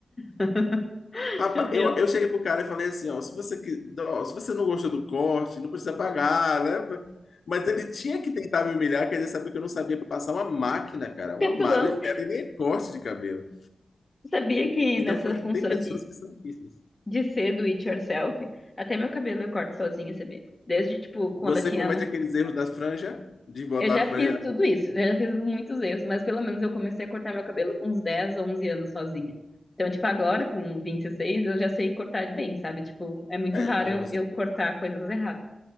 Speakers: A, on the left; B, on the left.
A: <laughs>
B: Rapaz,
A: Meu Deus,
B: eu, eu cheguei pro cara e falei assim, ó, se você, que- ó, se você não gostou do corte, não precisa pagar, né? Mas ele tinha que tentar me humilhar, quer dizer, saber que eu não sabia passar uma máquina, cara,
A: que petulância.
B: uma máquina, e nem é corte de cabelo.
A: Sabia que
B: Então,
A: nessa
B: foi-
A: função
B: tem pessoas
A: de,
B: que são difíceis.
A: de ser do it yourself, até meu cabelo eu corto sozinha, sabia? Desde, tipo, quando
B: Você
A: eu tinha
B: comete
A: uns.
B: aqueles erros da franja, de botar
A: Eu já
B: a franja...
A: fiz tudo isso, eu já fiz muitos erros, mas pelo menos eu comecei a cortar meu cabelo com uns 10 ou 11 anos sozinha. Então, tipo, agora, com 26 eu já sei cortar bem, sabe? Tipo, é muito
B: É,
A: raro
B: é,
A: eu,
B: você,
A: eu cortar coisas erradas.